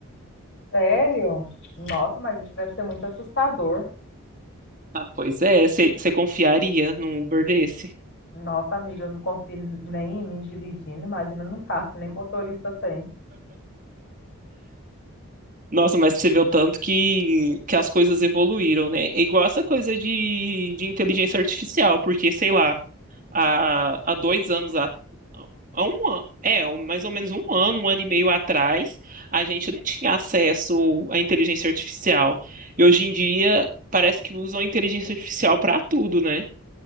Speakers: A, on the left (about 50°); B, on the right (about 35°).
A: Sério? Nossa, mas isso deve ser muito assustador.
B: Ah, pois é. Você confiaria num Uber desse?
A: Nossa, amiga, eu não confio nem em mim dirigindo, imagina num carro que nem motorista tem.
B: Nossa, mas você vê o tanto que, que as coisas evoluíram, né? É igual essa coisa de, de inteligência artificial, porque, sei lá, há, há dois anos, há, há um ano, é, um- mais ou menos um ano, um ano e meio atrás, a gente não tinha acesso à inteligência artificial. E hoje em dia, parece que usam a inteligência artificial para tudo, né?